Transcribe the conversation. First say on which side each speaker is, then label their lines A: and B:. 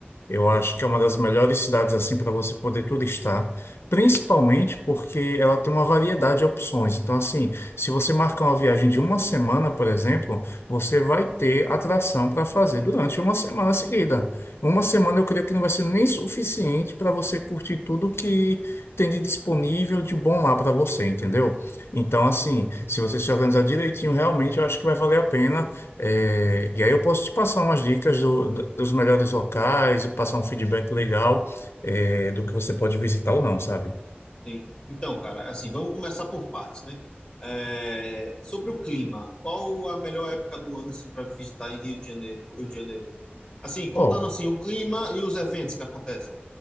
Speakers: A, on the left; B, on the left.
A: Eu acho que é uma das melhores cidades assim para você poder turistar, principalmente porque ela tem uma variedade de opções. Então, assim, se você marcar uma viagem de uma semana, por exemplo, você vai ter atração para fazer durante uma semana seguida. Uma semana eu creio que não vai ser nem suficiente para você curtir tudo que tem de disponível de bom lá para você, entendeu? Então, assim, se você se organizar direitinho, realmente eu acho que vai valer a pena é, e aí eu posso te passar umas dicas do- do- dos melhores locais, passar um feedback legal, é, do que você pode visitar ou não, sabe?
B: Sim. Então, cara, assim, vamos começar por partes, né? É, sobre o clima, qual a melhor época do ano assim para visitar em Rio de Janeiro, o Rio de Janeiro? Assim, contando
A: Ó,
B: assim o clima e os eventos que acontecem.